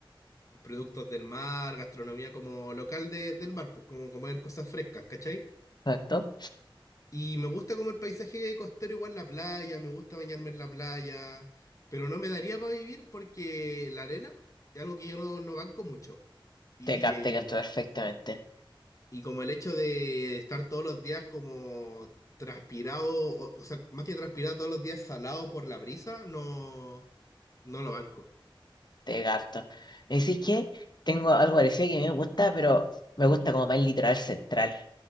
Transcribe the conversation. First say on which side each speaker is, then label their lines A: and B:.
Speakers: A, on the left (about 35°); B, on the left (about 50°).
A: productos del mar, gastronomía como local de- del mar, pues como comer cosas frescas, ¿cachai?
B: exacto.
A: Y me gusta como el paisaje costero, igual la playa, me gusta bañarme en la playa, pero no me daría para vivir porque la arena es algo que yo no, no banco mucho. Y,
B: Te capto,
A: y,
B: te capto perfectamente.
A: y como el hecho de estar todos los días como transpirado, o, o sea, más que transpirado todos los días salado por la brisa, no... No lo banco.
B: Te capto. Así que tengo algo parecido que me gusta, pero me gusta como más el litoral central.